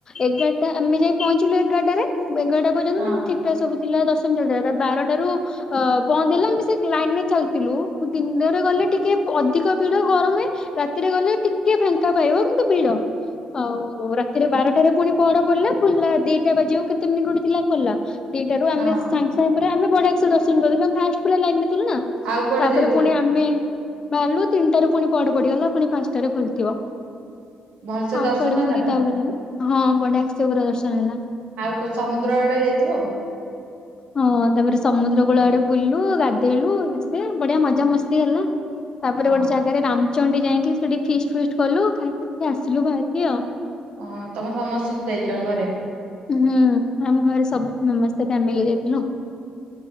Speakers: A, on the left (about 35°); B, on the right (about 80°).
A: ଏଗାରଟା ଆମେ ଯାଇ ପହଞ୍ଚିଲୁ ଏଗାରଟାରେ ଏଗାରଟା ପର୍ଯ୍ୟନ୍ତ
B: ହଁ
A: ମାନେ ଠିକ ଠାକ ସବୁ ପିଲା ଦର୍ଶନ ଚାଲିଥିଲା। ତାପରେ ବାରଟାରୁ ଅ ବନ୍ଦ ହେଲା। ଆମେ ସେ ଲାଇନରେ ଚାଲିଥିଲୁ ଦିନରେ ଗଲେ ଟିକେ ଅଧିକ ଭିଡ ଗରମ ହୁଏ। ରାତିରେ ରେ ଗଲେ ଟିକେ ଫାଙ୍କା ପାଇବ। କିନ୍ତୁ ଭିଡ। ହଉ ରାତିରେ ବାରଟାରେ ପୁଣି ପହଡ ପଡିଲା। ଖୋଲିଲା ଦିଟା ବାଜିଆକୁ କେତେ ମିନିଟ ଗୋଟେ ଥିଲା ଖୋଲଲା ଦିଟା ରୁ ଆମେ
B: ହଁ
A: ସାଙ୍ଗ ସାଙ୍ଗ ରେ ଆମେ ବଢିଆ ଦର୍ଶନଦଲୁ ଫାା ଥିଲୁ ନା
B: ଆଉ କୁଆଡେ
A: ତାପରେ
B: ଯାଇଥିଲ?
A: ପୁଣି ଆମେ ବାହାରିଲୁ ତିନିଟାରୁ ପୁଣି ପହଡ ପଡ଼ିଗଲା। ପୁଣି ପାଞ୍ଚଟାରେ ଖୋଲିଥିବ।
B: ଭଲସେ
A: ଆଉ
B: ଦର୍ଶନ
A: କୁଆଡେ
B: ହେଲା
A: ପୁରୀ
B: ନା
A: ତା ଉପରେ ହଁ ବଢାକ୍ ସେ ପୁରା ଦର୍ଶନ ହେଇଗଲା।
B: ଆଉ କଣ ସମୁଦ୍ର ଆଡେ ଯାଇଥିବ ଆଉ?
A: ହଁ ତାପରେ ସମୁଦ୍ରକୂଳ ଆଡେ ବୁଲୁ ଗାଧେଇଲୁ ସେ ବଢିଆ ମଜା ମସ୍ତି ହେଲା ତାପରେ
B: ହଁ।
A: ଗୋଟେ ଜାଗାରେ ରାମ ଚଣ୍ଡୀ ଯାଇକି ସେଠି ଫିଷ୍ଟ ଫିଷ୍ଟ କଲୁ ଖାଇିପି କି ଆସିଲୁ ବାହାରିକି ଆଉ।
B: ଓଁ ତମେ ସମସ୍ତେ ଯାଇଚ ଘରେ।
A: ହୁଁ ଆମ ଘରେ ସବୁ ସମସ୍ତେ ଫ୍ୟାମିଲି ଯାଇଥିଲୁ।